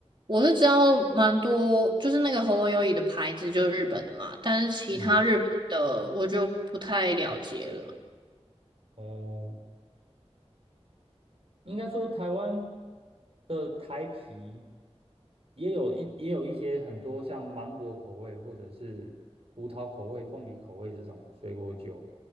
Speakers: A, on the right; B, on the right.
A: 我是知道蛮多，就是那个喉咙优椅的牌子就是日本的嘛，但是其他日本的我就不太了解了。
B: 嗯，哦、应该说台湾的台啤也有一也有一些很多像芒果口味或者是葡萄口味、凤梨口味这种水果酒，